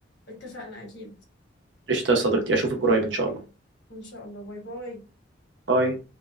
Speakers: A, on the left; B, on the right.
A: اتفقنا اكيد
B: قشطة يا صديقتي اشوفك قريب ان شاء الله
A: ان شاء الله باي باي
B: باي